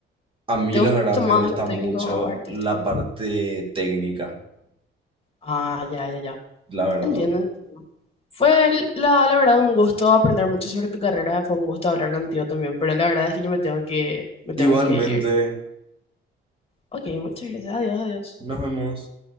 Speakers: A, on the right (about 25°); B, on the left (about 30°).
A: A mí
B: ¿Te
A: la
B: gusta
A: verdad me
B: más
A: gusta
B: lo técnico
A: mucho
B: o artístico?
A: la parte técnica,
B: Ah, ya, ya, ya.
A: la verdad.
B: Entiendo. entiendo. Fue l- la, la verdad un gusto aprender mucho sobre tu carrera, fue un gusto hablar contigo también, pero la verdad es que yo me tengo que, me tengo
A: Igualmente,
B: que ir. Ok, muchas gracias, adiós, adiós.
A: nos vemos.